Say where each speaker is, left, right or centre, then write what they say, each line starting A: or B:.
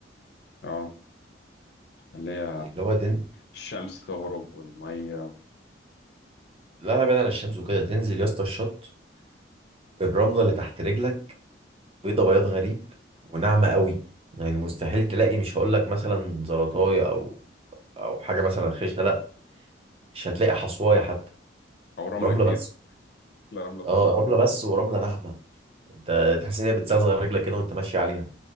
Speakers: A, on the left; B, on the right.
A: اه اللي هي
B: اللي هو تنزل
A: الشمس تغرب والمية
B: لا لا بعيد عن الشمس وكده تنزل يا اسطى الشط الرمله اللي تحت رجلك بيضة بياض غريب وناعمة قوي يعني مستحيل تلاقي مش هقول لك مثلا زلطاية او او حاجة مثلا خشنة لا مش هتلاقي حصواية حتى
A: او رملة
B: رملة
A: كبيرة
B: بس
A: لا رملة صغيرة
B: اه
A: كلها
B: رملة بس ورملة ناعمة انت تحس ان هي بتزغزغ رجلك كده وانت ماشي عليها